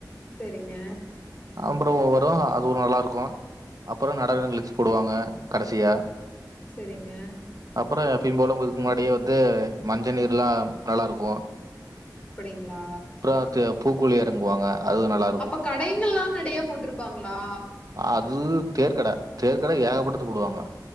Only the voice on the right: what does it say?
அப்புறோ ஒவ்வொரு அது ஒரு நல்லா இருக்கு அப்புறோ நடன நிகழச்சு போடுவாங்க கடைசியா
அப்பறோ எப்புயுபோல இதுக் முன்னாடியே வந்து மஞ்சள் நீர்ல்லா நல்லா இருக்கு
<unintelligible> பூக்குழி எறங்குவாங்க அதுவு நல்லா
அது தேர்கட தேர்கட ஏகப்பட்டத்து போடுவாங்க